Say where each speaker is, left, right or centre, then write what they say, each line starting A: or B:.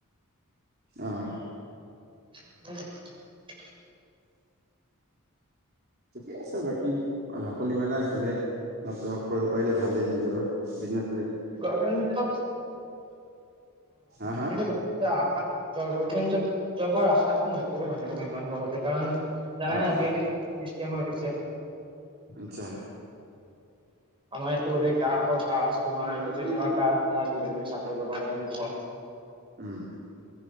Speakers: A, on the right; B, on the right.
A: অহ ',
B: <unintelligible>
A: ঠিকে আছে বাকী ডাপলি মেলা এইফালে অ, কৰিব পাৰিলে ভালেই নিজৰ বিজনেচ
B: গগেৱ অ,
A: হা হা
B: সেইটো আ <unintelligible> গভমেণ্ট জব জবৰ আশাটো নকৰো মানে আক ইমান সহজে কাৰণ জানানে
A: অ
B: আজিকালি কি স্কেম্মাৰ হৈছে।
A: আচ্ছা
B: আমাৰ ইয়াতো গোটেই গ্ৰাহকৰ কাজ তোমাৰ যদি তোমাৰ কমি চাকৰি কৰিবা তেনেকুৱা।
A: উম,